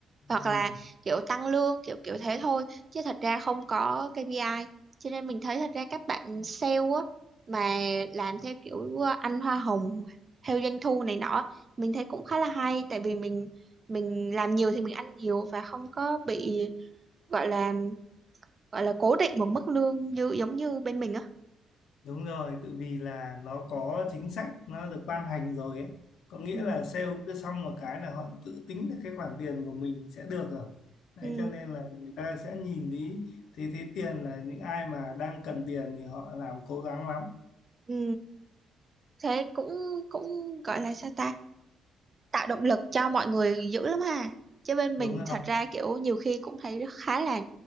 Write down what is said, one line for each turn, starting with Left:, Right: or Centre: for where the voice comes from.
Right: hoặc
Left: Ừ.
Right: là kiểu tăng lương kiểu kiểu thế thôi chứ thật ra không có KPI cho nên mình thấy thật ra các bạn sale á mà làm theo kiểu ờ, ăn hoa hồng theo doanh thu này nọ mình thấy cũng khá là hay tại vì mình mình làm nhiều thì mình ăn nhiều và không có bị gọi là gọi là cố định một mức lương như giống như bên mình á
Left: Đúng rồi, tự vì là nó có chính sách nó được ban hành rồi ấy. Có nghĩa
Right: ừ,
Left: là sale cứ xong một cái là họ tự tính được cái khoản tiền của mình sẽ được rồi. Đấy
Right: ừ,
Left: cho nên là người ta sẽ nhìn đi thì thấy tiền là những ai mà đang cần tiền thì họ làm cố gắng lắm.
Right: ừ. thế cũng cũng gọi là sao ta tạo động lực cho mọi người dữ lắm ha chứ bên
Left: Đúng
Right: mình
Left: rồi.
Right: thật ra kiểu nhiều khi cũng thấy khá là